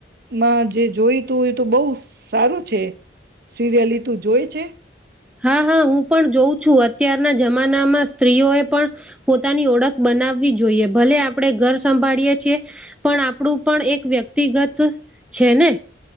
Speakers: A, on the right (about 50°); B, in the centre.
A: માં જે જોઈ તો એ તો બહું સારું છે. સિરિયલી તું જોએ છે?
B: હા, હા હું હું પણ જોઉં છું. અત્યારના જમાનામાં સ્ત્રીઓએ પણ પોતાની ઓળખ બનાવવી જોઈએ. ભલે આપણે ઘર સંભાળીએ છીએ, પણ આપણું પણ એક વ્યક્તિગત છે ને.